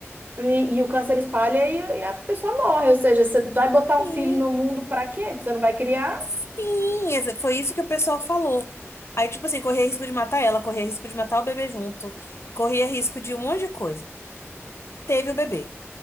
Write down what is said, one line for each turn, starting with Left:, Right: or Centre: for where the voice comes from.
Right: e, e o câncer espalha e, e a pessoa morre. Ou seja, você vai botar
Left: Sim,
Right: um filho no mundo pra quê? Você não vai criar
Left: sim, esse- foi isso que o pessoal falou. Aí, tipo assim, corria risco de matar ela, corria risco de matar o bebê junto, corria risco de um monte de coisa. Teve o bebê.